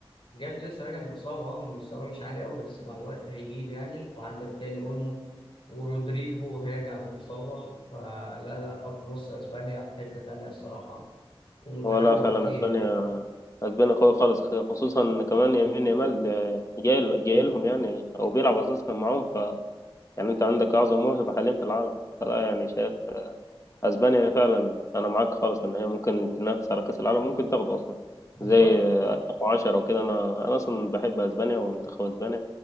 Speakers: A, on the left; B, on the left.
A: جاب لسه راجع من إصابة اه مستواه مش عالي أوي بس مع الوقت هيجيب يعني وعندك تاني أولمو ورودريجو هيرجع من إصابة فلا لا خط نص أسبانيا في حتة تانية الصراحة ومتنوع
B: هو لا فعلا
A: كتير
B: اسبانيا اسبانيا قوي خالص خصوصا ان كمان يمين يامال آه، جاي جاي لهم يعني او بيلعب اساسا معاهم ف يعني انت عندك اعظم موهبة حاليا في العالم فلا يعني شايف اسبانيا فعلا انا معاك خالص ان هي ممكن تنافس على كأس العالم ممكن تاخده اصلا
A: بالظبط
B: زي 2010 وكده انا انا اصلا بحب اسبانيا ومنتخب اسبانيا